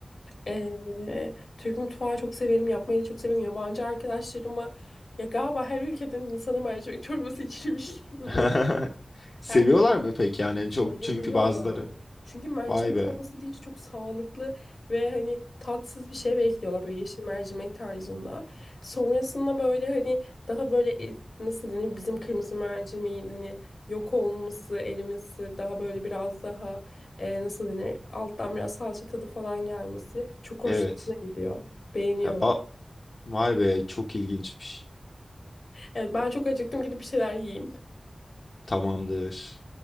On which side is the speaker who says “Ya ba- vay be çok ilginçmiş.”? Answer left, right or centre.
Left